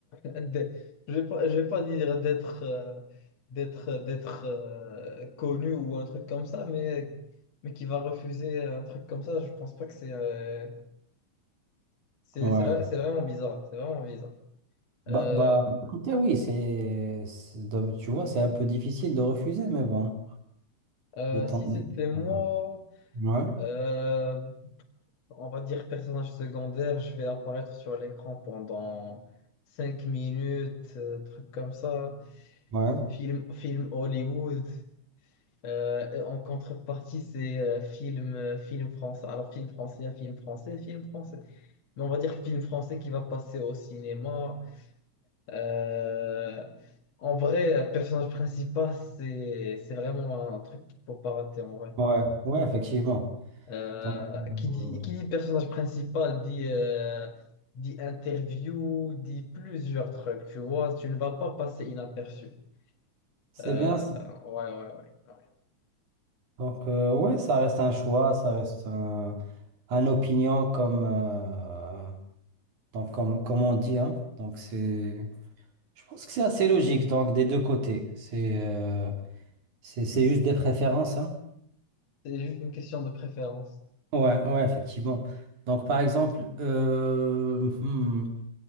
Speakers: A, on the left (about 60°); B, on the right (about 75°).
A: <laughs> de- Je vais pas, je vais pas dire d'être euh, d'être d'être euh, connu ou un truc comme ça, mais mais qui va refuser un truc comme ça. Je pense pas que c'est euh, c'est
B: Ouais.
A: c'est vra- c'est vraiment bizarre. C'est vraiment bizarre.
B: Bah,
A: Euh,
B: bah, écoutez, oui, c'est, c'est de- tu vois, c'est un peu difficile de refuser, mais bon,
A: euh,
B: de temps.
A: si
B: en
A: c'était moi.
B: temps. euh, Ouais,
A: euh, On va dire personnage secondaire, je vais apparaître sur l'écran pendant 5 minutes, euh, truc comme ça.
B: ouais,
A: Film, film Hollywood. Euh, et en contrepartie, c'est euh, film, euh, film français. Alors, film français, film français, film français. Mais on va dire film français qui va passer au cinéma. Euh, en vrai, personnage principal, c'est, c'est vraiment un truc qu'il faut pas rater en vrai.
B: ouais, ouais, effectivement.
A: Euh,
B: Donc,
A: qui
B: euh,
A: dit, qui dit personnage principal dit, euh, dit interview, dit plusieurs trucs, tu vois, tu ne vas pas passer inaperçu.
B: c'est
A: Euh,
B: bien.
A: ouais, ouais, ouais, ouais.
B: Donc, euh, ouais, ça reste un choix, ça reste un, un opinion comme, euh, donc comme, comme on dit, hein. Donc, c'est, je pense que c'est assez logique, donc, des deux côtés. C'est euh, c'est, c'est juste des préférences, hein.
A: C'est juste une question de préférence.
B: Ouais, ouais, effectivement. Donc, par exemple, euh, hmm,